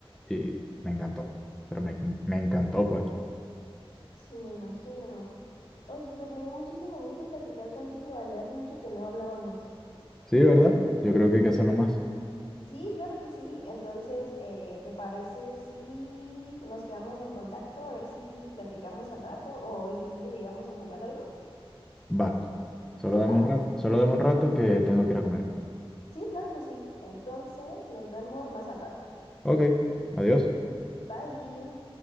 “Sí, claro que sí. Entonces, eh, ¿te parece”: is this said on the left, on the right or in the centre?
Left